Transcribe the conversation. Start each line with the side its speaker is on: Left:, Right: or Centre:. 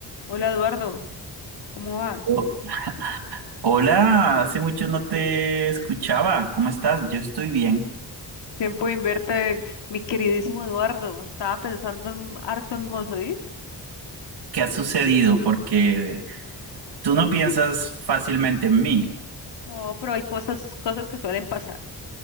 Left: Hola Eduardo, ¿cómo vas?
Right: Oh, Hola, hace mucho no te escuchaba. ¿Cómo estás? Yo estoy bien.
Left: Tiempo de verte, mi queridísimo Eduardo. Estaba pensando en, harto en vos, ¿oís?
Right: ¿Qué ha sucedido? Porque tú no piensas fácilmente en mí.
Left: No, pero hay cosas, cosas que suelen pasar.